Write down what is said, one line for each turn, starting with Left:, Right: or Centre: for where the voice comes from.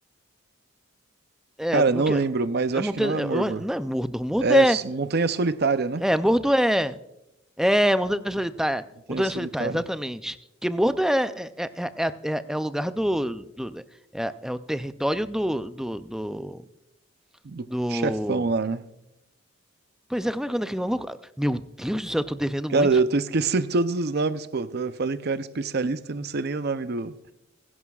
Centre: É,
Right: Cara,
Centre: porque.
Right: não lembro, mas
Centre: A
Right: eu acho
Centre: montanha,
Right: que não é
Centre: eu-
Right: Mordor.
Centre: eu- não é Mordor, Mordor
Right: É
Centre: é.
Right: S- Montanha Solitária, né?
Centre: É, Mordo é. É, Montanha Solitária.
Right: Montanha
Centre: Montanha
Right: Solitária.
Centre: Solitária, exatamente. Porque Mordo é, é, é, é, é- é é o lugar do, do é, é o território do, do, do,
Right: Do
Centre: do-
Right: chefão lá, né?
Centre: Pois é, como é que é o nome daquele maluco? Ah, Meu Deus do céu, eu tô devendo
Right: Cara,
Centre: muito.
Right: eu tô esquecendo <laughs> todos os nomes, pô. Tô- Eu falei que eu era especialista e não sei nem o nome do,